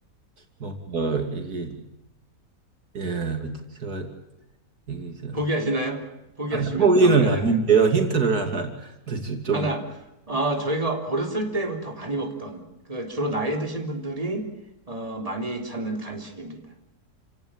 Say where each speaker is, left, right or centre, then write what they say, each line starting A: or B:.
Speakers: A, on the right; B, on the right.
A: 뭔가 이게 예, 제가 이게 저
B: 포기하시나요? 포기하시면
A: 아니, 포기는
B: 답을 알려드릴.
A: 아닌데요. 힌트를 하나 <laughs> 더좀
B: 하나, 어, 저희가 어렸을 때부터 많이 먹던, 그 주로 나이 드신 분들이 어, 많이 찾는 간식입니다.